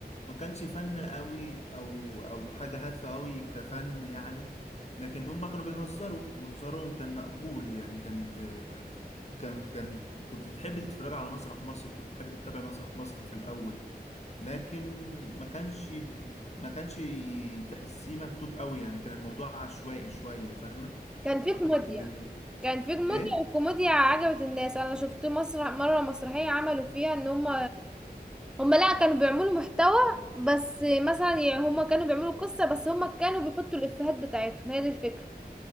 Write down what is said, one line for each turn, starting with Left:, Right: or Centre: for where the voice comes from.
Left: ما كانش فن قوي او او حاجه هادفه قوي كفن يعني لكن هم كانوا بيهزروا وهزارهم كان مقبول يعني كانت كان كان كنت تحب تتفرج على مسرح مصر كنت تحب تتابع مسرح مصر في الاول لكن ما كانش ما كانش تحسيه مكتوب قوي يعني كان الموضوع عشوائي شويه فاهمه
Centre: كان في
Left: فكنت
Centre: كوميديا
Left: ب...
Centre: كان في كوميديا
Left: ايه
Centre: والكوميديا عجبت الناس انا شفت مسرح مرة مسرحية عملوا فيها ان هم هم لا كانوا بيعملوا محتوى بس مثلا يعني هم كانوا بيعملوا قصة بس هم كانوا بيحطوا الإفيهات بتاعتهم هي دي الفكرة